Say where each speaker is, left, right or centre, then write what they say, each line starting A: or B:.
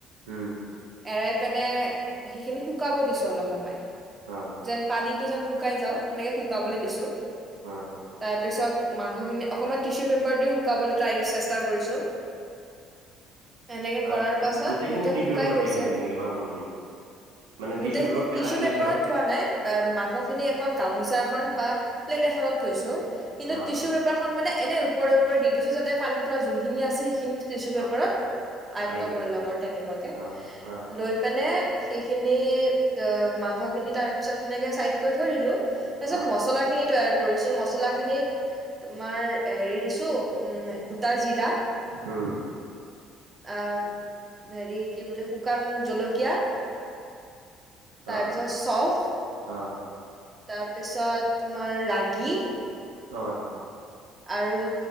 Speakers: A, on the right; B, on the right.
A: উম
B: এৰাই পেনে সেইখিনি শুকাব দিছো অলপ সময়।
A: অ,
B: যেন, পানীতটো যেন শুকাই যাওঁ সেনেকে শুকাবলৈ
A: অ
B: দিছো,
A: অ
B: তাৰ পিছত মাংসখিনি অকণমান টিচু পেপাৰ দিও শুকাবলৈ টাই, চেষ্টা কৰিছোঁ। এনেকে
A: অ
B: কৰাৰ পাছত,
A: গোটেইখিনি
B: যেতিয়া
A: টিচু
B: শুকাই
A: পেপাৰ
B: গৈছে।
A: দি দিছিলি নেকি মাংসখিনি মানে টিচু
B: গোটেইখিনি
A: পেপাৰ পেলাই
B: টিচু
A: লৈছ
B: পেপাৰত থোৱা নাই। বা মাংস খিনি এখন গামোচা এ, বা প্লেট এখনত থৈছো, কিন্তু
A: অ
B: টিচু পেপাৰখন মানে এনে ওপৰে ওপৰে দিছো, যাতে পানীটোৱা যোনখিনি আছে সেইখিনি টিছু পেপাৰত
A: অ
B: আয়ত্ব
A: আহি যায়
B: কৰি
A: অ
B: লক, আৰু তেনেকুৱাকে
A: অ
B: লৈ পিনে সেইখিনি অ, মাংসখিনি তাৰ পিছত সেনেকে চাইড কৰি থৈ দিলো। তাৰ পিছত
A: অ অ
B: মছলা খিনি তৈয়াৰ কৰিছো, মচলা খিনিত তোমাৰ হেৰি দিছো, উম, গোটা জিৰা।
A: উম
B: আহ, হেৰি কি বুলি, শুকান জলকীয়া। তাৰপিছত
A: অ
B: চফ,
A: অ
B: তাৰপিছত তোমাৰ ৰাগী।
A: অ,
B: আৰু